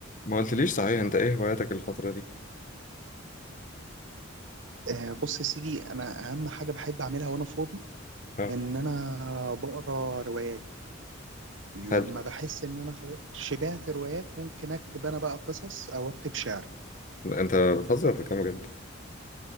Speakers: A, on the left; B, on the right.
A: ما قلتليش صحيح انت ايه هواياتك الفترة دي؟
B: آه، بص يا سيدي انا اهم حاجه بحب اعملها وانا فاضي
A: اه
B: ان انا بقرا روايات لما
A: حلو
B: بحس ان انا خلاص شبعت روايات ممكن اكتب انا بقى قصص او اكتب شعر
A: انت بتهزر في كام بجد؟